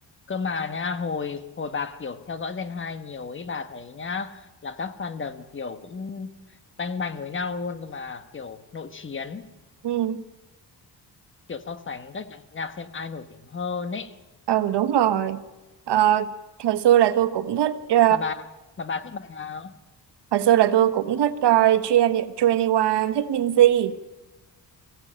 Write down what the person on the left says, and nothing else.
cơ mà nha hồi hồi bà kiểu theo dõi Gen 2 nhiều ấy bà thấy nhá là các fandom kiểu cũng tanh bành với nhau luôn cơ mà kiểu nội chiến
kiểu so sánh các nhạc, nhạc xem ai nổi tiếng hơn ấy
mà bà mà bà thích bài nào